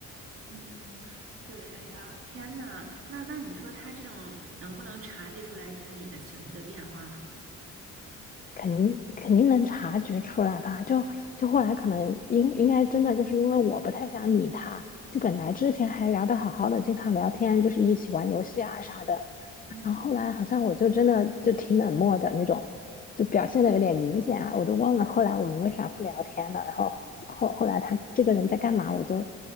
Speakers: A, on the right; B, on the left.
A: 嗯，对，哎呀，天呐，那那你说他这种能不能察觉出来就是你的情绪的变化呢？
B: 肯肯定能察觉出来吧。就就后来可能应应该真的就是因为我不太想理他，就本来之前还聊得好好的，经常聊天，就是一起玩游戏啊啥的，
A: 嗯。
B: 然后后来好像我就真的就挺冷漠的那种，就表现的有点明显啊，我都忘了后来我们为啥不聊天了，然后后后来他这个人在干嘛，我都